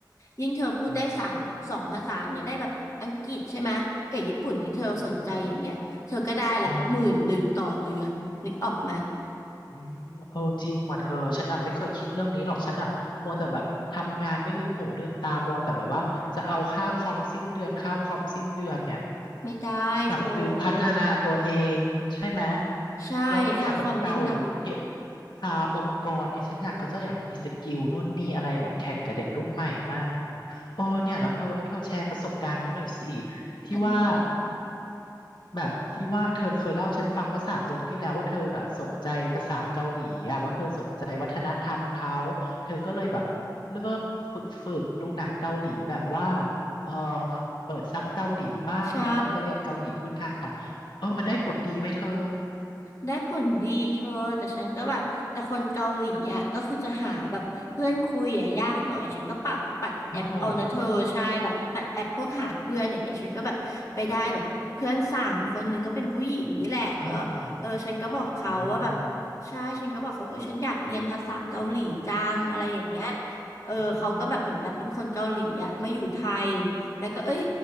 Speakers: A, on the left (about 45°); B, on the left (about 80°).
A: ยิ่งเธอพูดได้สามสองภาษาอย่างเงี้ยได้แบบอังกฤษใช่ไหมกับญี่ปุ่นที่เธอสนใจอย่างเงี้ยเธอก็ได้ละหมื่นหนึ่งต่อเดือนนึกออกไหม
B: อืมอืมอ๋อ อืมเออจริงว่ะเธอฉันน่ะไม่เคยคิดเรื่องนี้หรอกฉันน่ะมัวแต่แบบทำงานไม่ลืมหูลืมตามัวแต่แบบว่าจะเอาค่าคอมสิ้นเดือนค่าคอมสิ้นเดือนเนี่ย
A: ไม่ได้โทร
B: กลับลืมพัฒนาตัวเองใช่ไหม
A: ใช่ค่าคอมนี่หนัก
B: เราไม่อยากแบบเก่าเก็บคาองค์กรเนี่ยฉันอยากก็จะอยากมีสกิลนู่นนี่อะไรแบบแข่งกับเด็กรุ่นใหม่มากเออเนี่ยแล้วเธอแล้วเธอแชร์ประสบการณ์นี้หน่อยสิที่ว่า
A: อันไหน
B: แบบที่ว่าเธอเคยเล่าให้ฉันฟังเมื่อสามเดือนที่แล้วว่าเธออะสนใจภาษาเกาหลีอ่ะเพราะเธอสนใจวัฒนธรรมเขาเธอก็เลยแบบเริ่มฝึกฝึกดูหนังเกาหลีแบบว่าเออเปิดซับเกาหลีบ้างแล้วก็ไปเรียนเกาหลีพื้นฐานเออมันได้ผลดีไหมเธอ
A: ใช่ ได้ผลดีเธอแต่ฉันก็แบบแต่คนเกาหลีอ่ะก็คือจะหาแบบเพื่อนคุยอ่ะยากหน่อยฉันก็ปรับปัดแอปเอานะเธอใช่แบบปัดแอปพวกหาเพื่อนอย่างเงี้ยฉันก็แบบไปได้แบบเพื่อนสาวคนหนึ่งก็เป็นผู้หญิงนี่แหละก็เออฉันก็บอกเขาว่าแบบ
B: เอาเหรออ่าอ่า
A: ใช่ฉันก็บอกเขาเออฉันอยากเรียนภาษาเกาหลีจังอะไรอย่างเงี้ยเออเขาก็แบบเหมือนแบบเป็นคนเกาหลีอ่ะมาอยู่ไทย
B: อืมอืม
A: แล้วก็เอ้ย